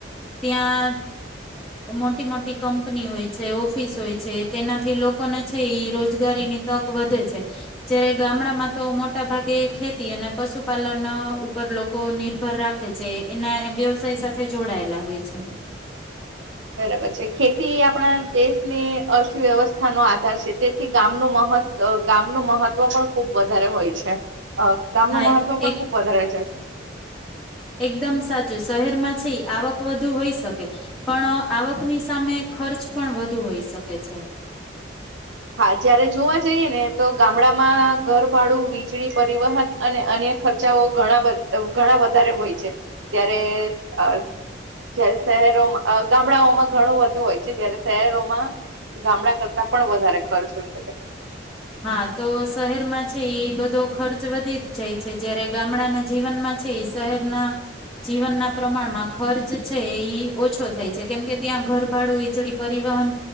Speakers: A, in the centre; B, on the right.
A: ત્યાં મોટી મોટી કંપની હોય છે ઓફિસ હોય છે તેનાથી લોકોને છે રોજગારીની તક વધે છે જ્યારે ગામડામાં તો મોટા ભાગે ખેતી અને પશુપાલન ઉપર લોકો નિર્ભર રાખે છે એના વ્યવસાય સાથે જોડાયેલા હોય છે
B: પ ખેતી આપણા દેશની અર્થવ્યવસ્થા નો આધાર છે તેથી ગામ ન મહ ગામ ન મહત્વ પણ ખુબ વધારે હોય છે ગામ
A: હા
B: ન મહત્વ પણ
A: એક
B: ખુબ વધારે જાય છે
A: એકદમ સાચું શહેરમાં છે આવક વધુ હોઈ શકે પણ આવકની સામે ખર્ચ પણ વધુ હોઈ શકે છે
B: હા જયારે જોવા જઈએ ને તો ગામડામાં ઘરભાડું વીજળી પરિવહન અને અન્ય ખર્ચાઓ ઘણા ઘણા વધારે હોય છે ત્યારે હ જયારે શહેરોમાં ગામડાઓમાં ઘણો વધુ હોય છે જયારે શહેરોમાં ગામડા કરતા પણ વધારે ખર્ચ હોઈ શકે છે
A: હા તો શહેરમાં છે બધો ખર્ચ વધી જ જાય છે જયારે ગામડાના જીવનમાં છે એ શહેરના જીવનના પ્રમાણમાં ખર્ચ છે ઈ ઓછો થાય છે કેમકે ત્યાં ઘરભાડું વીજળી પરિવહન